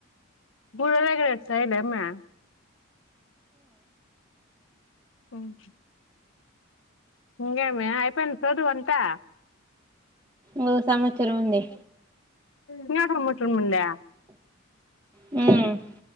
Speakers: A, on the left (about 65°); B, on the right (about 20°).
A: ఫుల్లుగా చెయ్యి స్టైల్ అమ్మా ఓ ప్చ్ ఇంకేమి అయిపోయిందా చదువు అంతా
B: ఓ సంవత్సరం ఉంది
A: ఇంకా సంవత్సరం ఉందా
B: మ్మ్